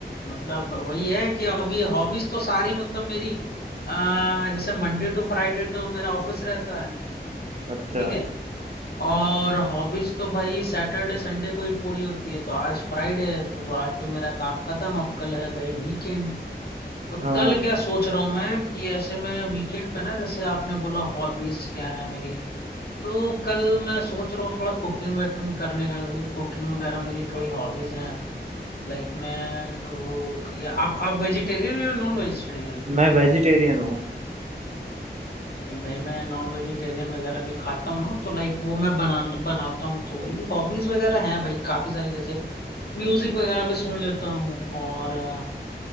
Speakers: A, on the left; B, on the right.
A: मतलब वही है कि अभी हॉबीज तो सारी मतलब मेरी आ, जैसे मंडे टू फ्राइडे तो मेरा ऑफिस रहता है
B: अच्छा
A: ठीक है और हॉबीज तो भाई सैटरडे संडे को ही पूरी होती है तो आज फ्राइडे है तो आज तो मेरा काम खत्म अब कल है भाई वीकेंड तो
B: हाँ
A: कल क्या सोच रहा हूँ मैं कि ऐसे में वीकेंड पे ना जैसे आपने बोला हॉबीज क्या है मेरी तो कल मैं सोच रहा हूँ थोड़ा कुकिंग वुकिंग करने का कुकिंग वगैरह मेरी थोड़ी हॉबीज हैं लाइक मैं वो या आप आप वेजिटेरियन हो या नॉन वेजिटेरियन
B: मैं वेजिटेरियन हूँ
A: नहीं भाई मैं नॉन वेजिटेरियन वगैरह भी खाता हूँ ना तो लाइक वो मैं बना बनाता हूँ तो वही हॉबीज वगैरह हैं भाई काफी सारी जैसे म्यूजिक वगैरह भी सुन लेता हूँ और अ,